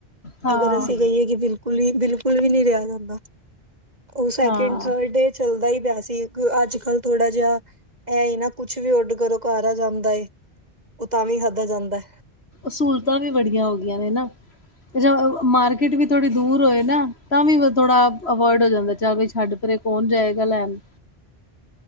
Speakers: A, on the left; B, on the right.
A: ਹਾਂ
B: ਅਗਰ ਅਸੀਂ ਕਈਏ ਕਿ ਬਿਲ। ਕੁਲਿੰਗ ਬਿਲਕੁਲ ਵੀ ਨਹੀਂ ਰਿਹਾ ਜਾਂਦਾ ਉਹ ਸੈਕਿੰਡ
A: ਹਾਂ
B: -ਥਰਡ ਡੇ ਚੱਲਦਾ ਹੀ ਪਿਆ ਸੀ। ਅੱਜ ਕੱਲ ਥੋੜਾ ਜਿਹਾ ਇਹ ਹੀ ਨਾ ਕੁਛ ਵੀ ਆਰਡਰ ਕਰੋ ਘਰ ਆ ਜਾਂਦਾ ਏ। ਓ ਤਾਂਵੀ ਖਾਧਾ ਜਾਂਦਾ ਐ।
A: ਸੂਲਤਾਂ ਵੀ ਬੜੀਆਂ ਹੋ ਗੀਆਂ ਨੇ ਨਾ। <unintelligible> ਮਾਰਕੀਟ ਵੀ ਥੋੜੀ ਦੂਰ ਹੋਏ ਨਾ, ਤਾਂ ਵੀ ਥੋੜਾ ਅਵੋਏਡ ਹੋ ਜਾਂਦਾ ਚਲ ਵੀ ਛੱਡ ਪਰੇ। ਕੋਨ ਜਾਏਗਾ ਲੈਨ।